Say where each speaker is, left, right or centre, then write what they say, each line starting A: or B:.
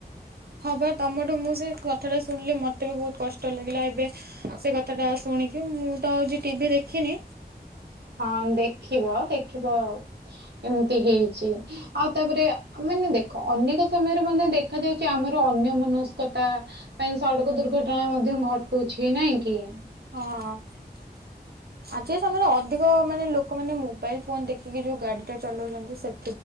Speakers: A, on the right (about 70°); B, on the right (about 85°).
A: ହଁ ବା ତମଠୁ ମୁଁ ସେ କଥାଟା ଶୁଣିଲି ମୋତେ ବି ବହୁତ କଷ୍ଟ ଲାଗିଲା ଏବେ। ସେ କଥା ଟା ଶୁଣିକି ମୁଁ ତ ଆଉ ଯି ଟିଭି ଦେଖିନି।
B: ହଁ ଦେଖିବ ଦେଖିବ ଏମିତି ହେଇଛି। ଆଉ ତାପରେ ମାନେ ଦେଖ ଅନେକ ସମୟରେ ମଧ୍ୟ ଦେଖା ଯାଉଛି ଆମର ଅନ୍ୟ ମନସ୍କତା ପାଇଁ ସଡକ ଦୁର୍ଘଟଣା ମଧ୍ୟ ଘଟୁଛି ନାଇଁ କି
A: ହଁ। ଆଜିିକା ସମୟରେ ଅଧିକ ମାନେ ଲୋକମାନେ ମୋବାଇଲ ଫୋନ ଦେଖିକି ଯୋଉ ଗାଡି ଟା ଚଲାଉଛନ୍ତି ସେ